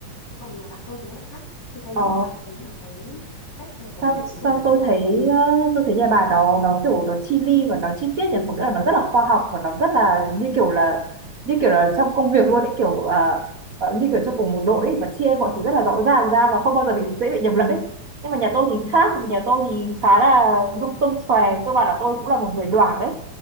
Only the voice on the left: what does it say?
thế còn nhà bạn tôi thì nó lại khác thì thấy
bà có thấy là cái cách ờ, quản
lý tài chính của
nhà
tôi có
hợp lý không
ừ